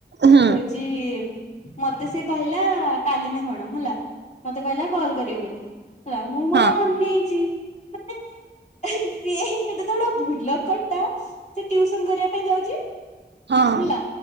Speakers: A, on the right; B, on the left.
A: ହୁଁ
B: ହଉଚି ମତେ ସେ କହିଲା କାଲିନା କଣ ହେଲା ମତେ କହିଲା କଲ୍ କରିବୁ ବୋଲି ହେଲା ମୁ
A: ହଁ
B: ପୁରା ଅନେଇଚି ମାନେ ସିଏହି ଏତେ ବଡ଼ ଭୁଲକଡଟା ସେ ଟିୟୁସନ୍ କରିବା ପାଇଁ ଯାଉଚି
A: ହଁ
B: ହେଲା।